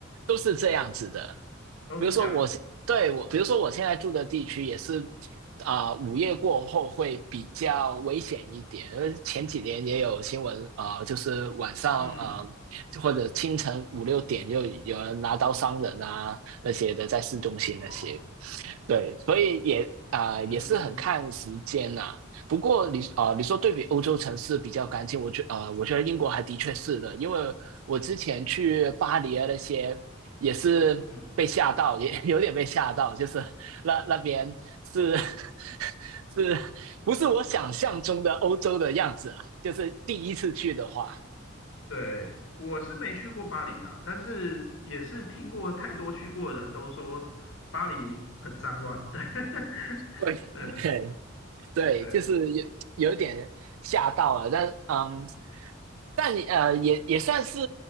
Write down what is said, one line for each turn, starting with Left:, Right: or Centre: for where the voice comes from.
Right: 都是这样子的。
Left: 都是这样子。
Right: 比如说我对我，比如说我现在住的地区也是啊、呃午夜过后会比较危险一点。因为前几年也有新闻啊、呃就是晚上啊、
Left: 嗯，
Right: 呃或者清晨五六点就有人拿刀伤人啊那些的，在市中心那些。
Left: 哦，
Right: 对，所以也啊、呃也是很看时间呐、
Left: 嗯
Right: 啊不过你啊、呃你说对比欧洲城市比较干净，我觉啊、呃我觉得英国还的确是的，因为我之前去巴黎啊那些也是被吓到，
Left: 嗯，
Right: 也 <laughs> 有点被吓到，就是那那边是 <laughs> 是不是我想象中的欧洲的样子啊？就是第一次去的话，
Left: 对，我是没去过巴黎啦，但是也是听过太多去过的人都说巴黎很脏乱，对，<laughs>
Right: 对，
Left: 对啊，
Right: 嘿对，
Left: 对，
Right: 就是有有一点吓到了，但嗯，但呃也也算是